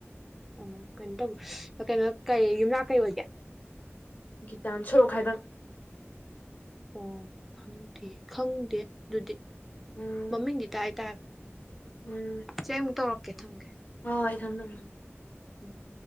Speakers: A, in the centre; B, on the left.
A: ꯑꯣ ꯀꯩꯅꯣ ꯇꯧꯕ ꯀꯩꯅꯣ ꯀꯩ ꯌꯨꯝꯅꯥꯛ ꯀꯩ ꯑꯣꯏꯒꯦ
B: ꯒꯤꯇꯥꯟ ꯁꯣꯔꯣꯛ ꯈꯥꯏꯕꯝ
A: ꯑꯣ ꯈꯪꯗꯦ ꯈꯪꯗꯦ ꯑꯗꯨꯗꯤ
B: ꯎꯝ
A: ꯃꯃꯤꯡꯗꯤ ꯇꯥꯏ ꯇꯥꯏ
B: ꯎꯝ
A: ꯆꯦ <unintelligible> ꯀꯩ ꯊꯝꯒꯦ
B: ꯍꯣꯏ ꯍꯣꯏ ꯊꯝ ꯊꯝꯃꯦ
A: ꯎꯝ